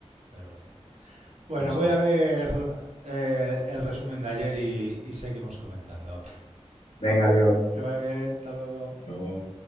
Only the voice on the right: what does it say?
Pero bueno. Bueno,
voy
a ver eh, el resumen de ayer y, y seguimos comentando.
Que vaya bien, hasta luego.